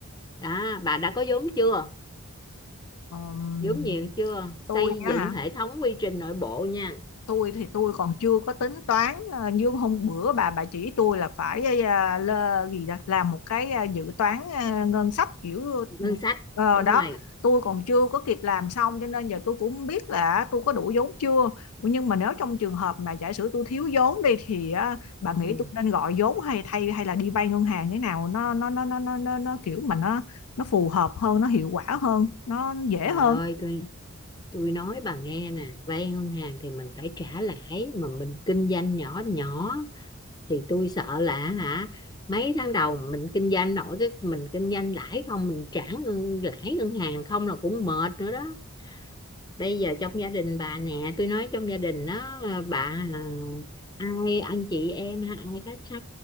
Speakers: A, on the left; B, on the left.
A: đó bà đã có vốn chưa
B: Ờm,
A: vốn nhiều chưa xây
B: tôi á
A: dựng
B: hả?
A: hệ thống quy trình nội bộ nha
B: tôi thì tôi còn chưa có tính toán ờ, như hôm bữa bà bà chỉ tôi là phải ờ, lơ, gì đó, làm một cái ờ, dự toán ờ, ngân sách kiểu
A: ngân sách
B: ờ,
A: đúng
B: đó
A: rồi
B: tôi còn chưa có kịp làm xong cho nên giờ tôi cũng không biết là tôi có đủ vốn chưa nhưng mà nếu trong trường hợp mà giả sử tôi thiếu vốn đi thì ờ, bà nghĩ
A: ừ.
B: tôi nên gọi vốn hay thay hay là đi vay ngân hàng thế nào nó nó nó nó nó nó, nó kiểu mà nó nó phù hợp hơn nó hiệu quả hơn nó dễ
A: trời
B: hơn
A: ơi tôi tôi nói bà nghe nè vay ngân hàng thì mình phải trả lãi mà mình kinh doanh nhỏ nhỏ thì tôi sợ là hả mấy tháng đầu mình kinh doanh nổi cái mình kinh doanh lãi không mình trả ngân lãi ngân hàng không là cũng mệt nữa đó bây giờ trong gia đình bà nè tôi nói trong gia đình đó à, bà à, ai anh chị em ha, ai khách khá